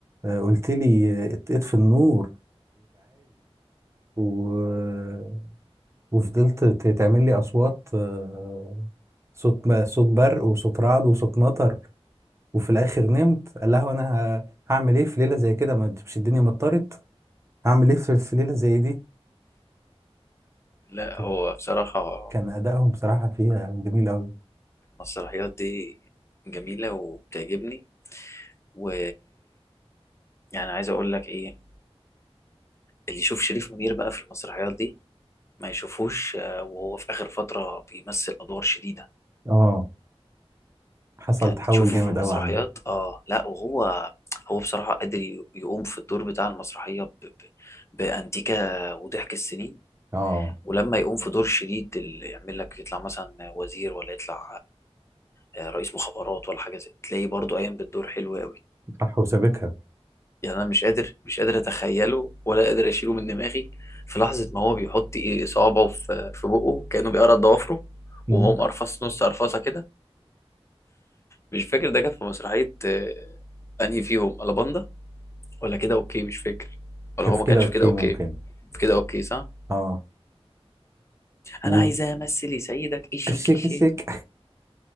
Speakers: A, on the right; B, on the left.
A: آه، قلت لي آه، اطفي النور وتعالي وفضلت ت- تعمل لي اصوات آه، صوت ما صوت برق وصوت رعد وصوت مطر وفي الاخر نمت قال لها وانا ه- هعمل ايه في ليله زي كده ما مش الدنيا مطرت هعمل ايه في, في ليله زي دي
B: لا
A: كان
B: هو بصراحه
A: كان ادائهم بصراحه فيها جميل قوي
B: المسرحيات دي جميلة وبتعجبني و يعني عايز أقول لك إيه اللي يشوف شريف منير بقى في المسرحيات دي ما يشوفوش آه، وهو في آخر فترة بيمثل أدوار شديدة
A: اه حصل
B: يعني
A: تحول
B: تشوفه
A: جامد
B: في المسرحيات
A: قوي عنده
B: آه لا وهو هو بصراحة قادر ي- يقوم في الدور بتاع المسرحية ب... ب... بأنتيكا وضحك السنين
A: اه
B: ولما يقوم في دور شديد اللي يعمل لك يطلع مثلا وزير ولا يطلع آه، رئيس مخابرات ولا حاجة زي تلاقيه برضه قايم بالدور حلو قوي
A: صح وسابقها
B: يعني انا مش قادر مش قادر اتخيله ولا قادر اشيله من دماغي في لحظه ما هو بيحط ايه صوابعه في في بقه كانه بيقرا ضوافره
A: مم.
B: وهو مقرفص نص قرفصه كده مش فاكر ده كان في مسرحيه آه، انهي فيهم الاباندا ولا كده اوكي مش فاكر ولا
A: كان
B: هو
A: في
B: ما
A: كده
B: كانش
A: اوكي
B: في كده اوكي
A: ممكن
B: في كده اوكي صح
A: اه و
B: انا عايزه امثل سيدك ايشي
A: الشيك
B: كيشي
A: <laughs> الشيك